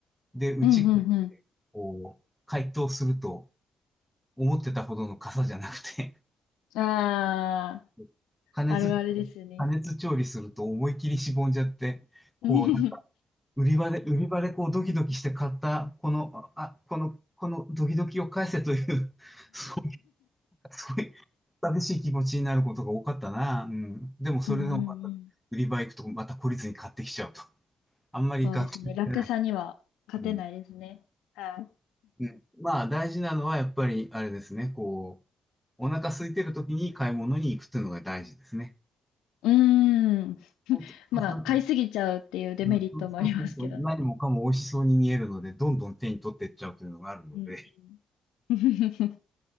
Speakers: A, in the centre; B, on the left.
A: で、うち、
B: うんうんう
A: こう、解凍すると、思ってたほどの傘じゃなくて、
B: ん。ああ、
A: <laughs> 加熱、
B: あるあるですね。
A: 加熱調理すると思い切りしぼんじゃって、こう、
B: <laughs> うん
A: なんか、売り場で、売り場でこう、ドキドキして買った、この、あ、この、このドキドキを返せという、<laughs> そういう、そういう、寂しい気持ちになることが多かったな。うん。でも、それでもまた、
B: うんうん。
A: 売り場行くと、また懲りずに買ってきちゃうと。あんまり学習してない。
B: そうですね。楽さには勝てないですね。
A: うん。
B: はい。
A: うん、まあ、大事なのは、やっぱり、あれですね、こう、お腹空いてる時に買い物に行くっていうのが大事ですね。
B: うん。うーん
A: そうすると、
B: まあ、買いすぎちゃうっていうデメリットもありますけどね。
A: うん、そうそうすると何もかも美味しそうに見えるので、どんどん手に取っていっちゃうというのがあるので。
B: うんうん <laughs>。